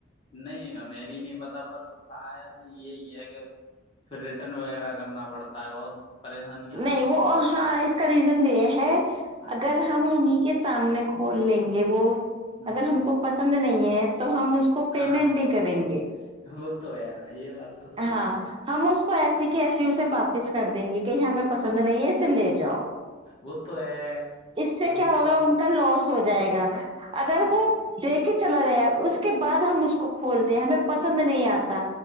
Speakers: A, on the left (about 25°); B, on the right (about 25°).
A: نہیں ہمیں بھی نہیں پتا پر شاید یہی ہے کہ پھر ریٹرن وغیرہ کرنا پڑتا ہے بہت پریشانیاں
B: نہیں
A: آتی
B: وہ
A: ہیں
B: ہاں اس کا ریزن د یہ ہے
A: ہاں
B: اگر
A: جی
B: ہم انیں کے سامنے کھول لیں گے وہ
A: ہوں
B: اگر ہم کو پسند نہیں ید تو ہم اس کو پیمنٹ
A: ہاں
B: نہیں کریں گے
A: وہ تو ہے یہ بات تو صحیح
B: ہاں
A: ہے
B: ہم اس کو ایسی کیسیے اسے واپس کر دیں گے ہمیں پسند
A: ہاں
B: نہیں
A: جی
B: ہے اسے لے جاؤ
A: وہ تو ہے
B: اس سے
A: ہم
B: کیا ہوگا
A: بھی
B: ان کا لاس ہو جائے گا اگر
A: ہاں
B: وہ
A: جی
B: دیکھ چلا گیا اس کے بعد ہم اس کو کھولتے ہیں ہمیں پسند نہیں آتا